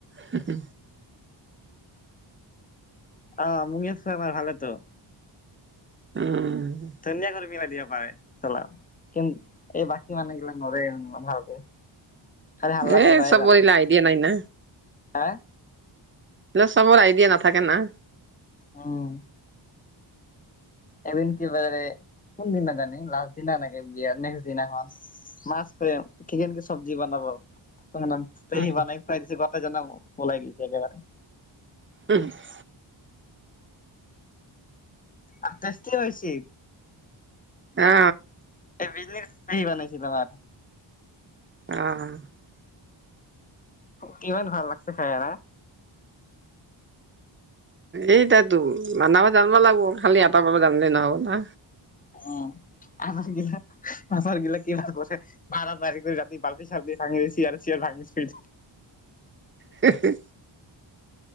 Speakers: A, on the right; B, on the left.
A: হু হু
B: অ মোক এই ফ্লেভাৰ ভালেতো
A: উম
B: ধুনীয়া কৰি মিলাই দিব পাৰে চালা কিন্তু এই বাকী মানুহগিলাক নৰে ইমান ভালকে খালি হাল্লা
A: এই
B: কৰিবই
A: চবৰে
B: জান
A: আইডিয়া নাই না।
B: হা
A: চবৰ আইডিয়া নাথাকে না
B: উম এদিন কি বাৰে কোনদিনা জানি লাষ্ট দিনা এনেকে বিয়া নেক্সদিনাখন মাছ খ কিনি এনেকে এনেকে চব্জি বনাবা একদম একদম সি
A: উম,
B: বনাই খুৱাই দিছে বাতে জানাব পলাই গৈছে একেবাৰে
A: উ হু
B: আঠাইশকে হৈছিল
A: অ
B: এই আহিলে আহিবানে চিধা ভাত
A: অ
B: কিমান ভাল লাগছে খাই না
A: এইতাটো বানাবা জানবা লাগব, খালি এটা পৰা জানলে নহ'ব না।
B: অ আম আচাৰ গিলা, আচাৰ গিলা কিমান কৈছে। মাৰামাৰি কৰি ৰাতি বাল্টি চাল্টি ভাঙি চিয়াৰ চিয়াৰ ভাঙিছে।
A: হেহ হে।